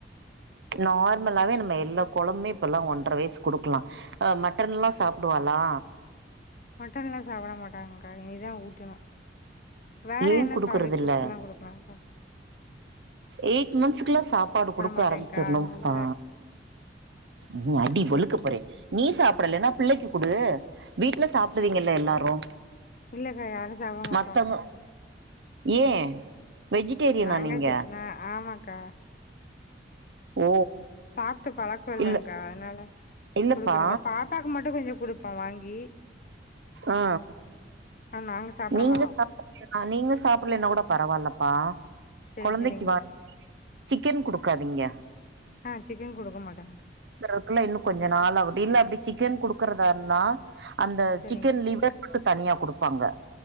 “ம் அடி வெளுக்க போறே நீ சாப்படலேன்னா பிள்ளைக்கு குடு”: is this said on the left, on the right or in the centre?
Right